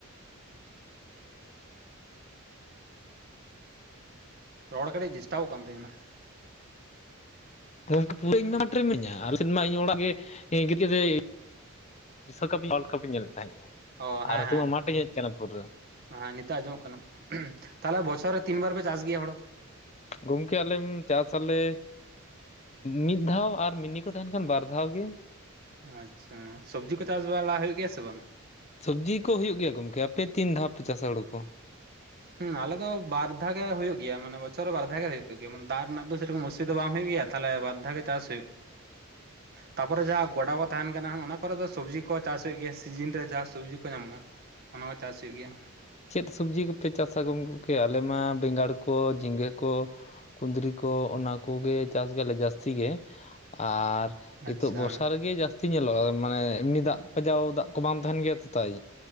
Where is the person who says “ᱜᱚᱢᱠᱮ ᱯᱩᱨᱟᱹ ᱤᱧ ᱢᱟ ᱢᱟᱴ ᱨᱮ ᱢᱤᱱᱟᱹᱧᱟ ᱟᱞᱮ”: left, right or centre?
Left